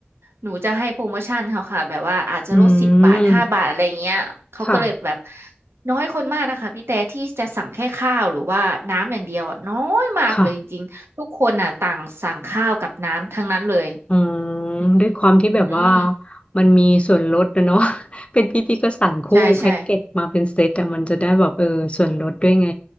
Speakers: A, on the right (about 80°); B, on the left (about 30°).
A: หนูจะให้โปรโมชั่นเขาค่ะแบบว่าอาจจะลดสิบบาทห้าบาทอะไรอย่างเงี้ยเขาก็เลยแบบ
B: อืมค่ะ
A: น้อยคนมากนะคะพี่แต่ที่จะสั่งแค่ข้าวหรือว่าน้ำอย่างเดียวอ่ะน้อยมากเลยจริงๆทุกคนอ่ะต่างสั่งข้าวกับน้ำทั้งนั้นเลย
B: ค่ะอืม
A: อืม
B: ด้วยความที่แบบว่า
A: อืม
B: มันมีส่วนลดนะเนาะ <laughs> เป็นพี่พี่ก็สั่งคู่แพ็กเกจมาเป็นเซตอะมันจะได้แบบเออส่วนลดด้วยไง
A: ใช่ใช่